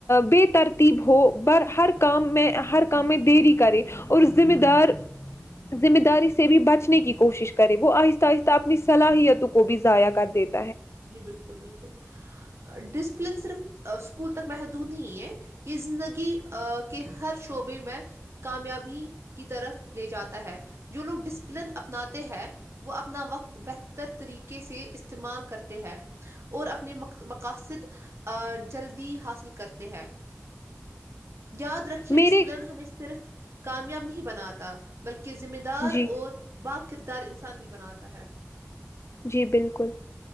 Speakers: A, on the left; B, on the right.
A: بے ترقی ہو ہر کام میں ہر کام میں دری کرے اور ذمہ دار ذمہ داری سے بھی بچنے کی کوشش کرے وہ آہستہ آہستہ اپنی صلاحیتوں کو بھی ضائع کر دیتے
B: جی بالکل بالکل ڈسپلن صرف اسکول تک محد نہیں یہ زندگی کے ہر شعبے میں کامیابی کی طرف لے جاتا ہے جو لوگ ڈسپلن اپناتے ہیں وہ اپنا وقت بہتر طریقے سے استعمال کرتے ہیں اور اپنے مقاصد جلدی حاصل کرتے ہیں یاد رکے
A: میرے
B: ڈسپلن ہمیں صرف کامیاب نہیں بنااتا بلکہ کے ذمہ دار
A: جی
B: اور باقی کردار انسان بھی بناتا ہے
A: جی بالکل